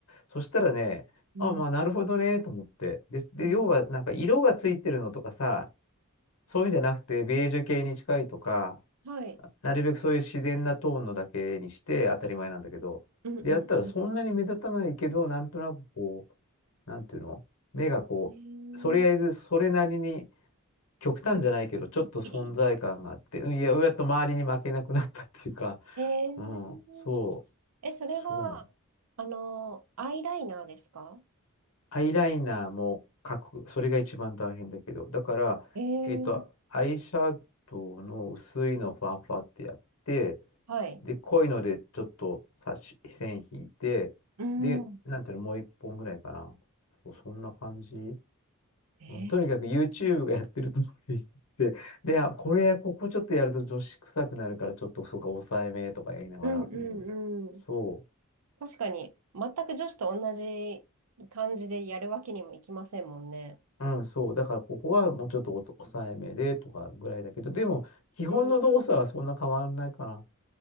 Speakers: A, on the left (about 70°); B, on the right (about 80°).
A: そしたらね、
B: うん。
A: あ、まあ、なるほどね、と思って。で、で、
B: うん
A: 要はなんか色がついてるのとかさ、そういうんじゃなくて、ベージュ系に近いとか、
B: はい。
A: なるべくそういう自然なトーンのだけにして当たり前なんだけど、
B: うんうんうん。
A: で、やったらそんなに目立たないけど、なんとなくこう、なんていうの、目がこう、
B: えー、
A: とりあえずそれなりに極端じゃないけど、
B: す
A: ちょっと存在感があって、
B: すっきり。
A: うん、いや、やっと周りに負けなくなったっていうか、
B: えー、
A: うん、そ
B: え、それは、
A: う、そうなんだ。
B: あの、アイライナーですか
A: アイライナーも描く。それが一番大変だけど。だから、
B: えー
A: えっと、アイシャドウの薄いのをファンファってやって、
B: はい。
A: で、濃いのでちょっと差し、線引いて、
B: うん。
A: で、
B: うん
A: なんていうの、もう一本ぐらいかな。そう、そんな感じ。
B: えー
A: うん、とにかく YouTube がやってるとこに行って、で、あ、これ、ここちょっとやると女子臭くなるから、ちょっとそうか、抑えめとか言いながら。
B: うんう
A: うん、
B: んうん。
A: そう。
B: 確かに、全く女子と同じ感じでやるわけにもいきませんもんね。
A: うん、そう。だからここはもうちょっとおと抑えめでとかぐらいだけど、でも基本の動作はそんな変わらないかな。
B: うん。